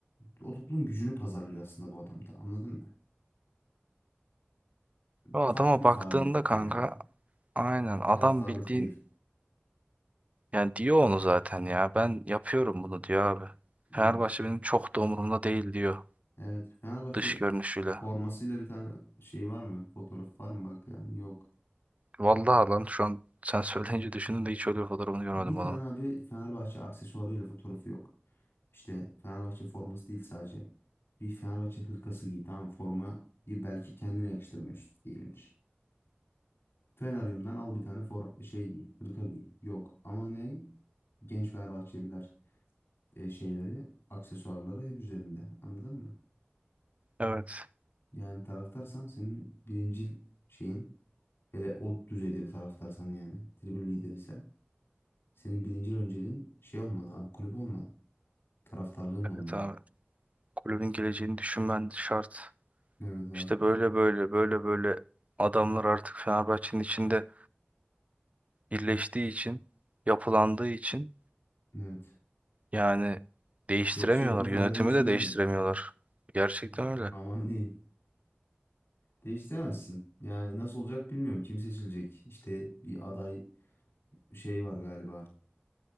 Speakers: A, on the left; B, on the right.
A: o topluluğun gücünü pazarlıyor aslında bu adam da anladın mı?
B: O
A: Farklı
B: adama
A: bir
B: baktığında
A: faaliyet yapıyor
B: kanka
A: yani.
B: aynen adam
A: Taraftarlık
B: bildiğin
A: değil.
B: Yani diyor onu zaten ya. Ben yapıyorum bunu diyor abi. Fenerbahçe
A: Evet.
B: benim çok da umurumda değil diyor
A: Evet. Fenerbahçe
B: dış görünüşüyle.
A: formasıyla bir tane şey var mı? Fotoğraf var mı? Bak yani yok.
B: Vallahi lan şu an sen <laughs> söyleyince düşündüm de hiç öyle bir fotoğrafını görmedim
A: Bir tane
B: adamın.
A: abi Fenerbahçe aksesuarıyla fotoğrafı yok. İşte Fenerbahçe forması değil sadece. Bir Fenerbahçe hırkası giy tamam mı? formayı belki kendine yakıştırmıyorsun diyelim ki. Feneryum'dan al bir tane for şey giy, hırka giy. Yok ama ne? Genç Fenerbahçeliler e, şeyleri, aksesuarları hep üzerinde. Anladın mı?
B: Evet.
A: Yani taraftarsan senin birincil şeyin hele o düzeyde bir taraftarsan yani tribün lideriysen senin birincil önceliğin şey olmalı abi kulüp olmalı. Taraftarlığın olmalı.
B: Evet abi. Kulübün geleceğini düşünmen şart.
A: Evet abi.
B: İşte böyle böyle böyle böyle adamlar artık Fenerbahçe'nin içinde birleştiği için, yapılandığı için
A: Evet.
B: yani değiştiremiyorlar.
A: Yoksa yapı Fener'in
B: Yönetimi
A: içinde
B: de değiştiremiyorlar.
A: mi?
B: Gerçekten öyle.
A: Aman diyeyim. Değiştiremezsin. Yani nasıl olacak bilmiyorum. Kim seçilecek? İşte bir aday şey var galiba.